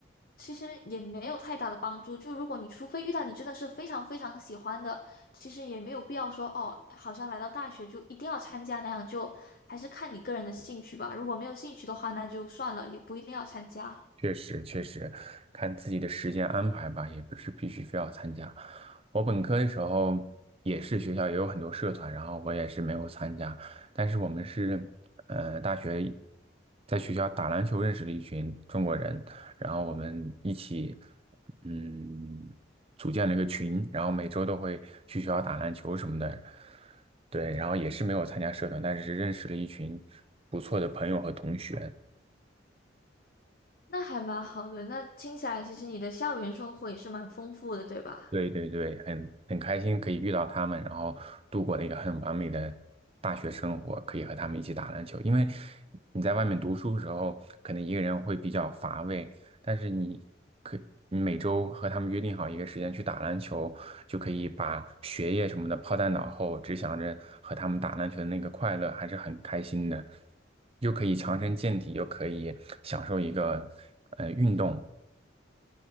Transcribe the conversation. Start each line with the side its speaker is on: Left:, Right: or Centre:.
Left: 其实也没有太大的帮助。就如果你除非遇到你真的是非常非常喜欢的，其实也没有必要说哦，好像来到大学就一定要参加那样，就还是看你个人的兴趣吧。如果没有兴趣的话，那就算了，也不一定要参加。
Right: 确实，确实，看自己的时间安排吧，也不是必须非要参加。我本科的时候也是学校也有很多社团，然后我也是没有参加。但是我们是，呃，大学在学校打篮球认识了一群中国人，然后我们一起，嗯，组建了一个群，然后每周都会去学校打篮球什么的。对，然后也是没有参加社团，但是认识了一群不错的朋友和同学。
Left: 那还蛮好的。那听起来，其实你的校园生活也是蛮丰富的，对吧？
Right: 对对对，很很开心可以遇到他们，然后度过了一个很完美的大学生活，可以和他们一起打篮球。因为你在外面读书的时候，可能一个人会比较乏味，但是你可你每周和他们约定好一个时间去打篮球，就可以把学业什么的抛在脑后，只想着和他们打篮球的那个快乐，还是很开心的，又可以强身健体，又可以享受一个呃运动。